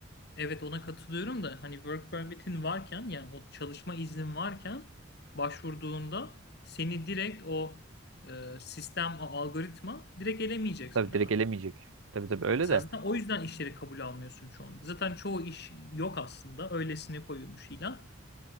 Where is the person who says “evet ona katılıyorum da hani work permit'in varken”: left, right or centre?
Left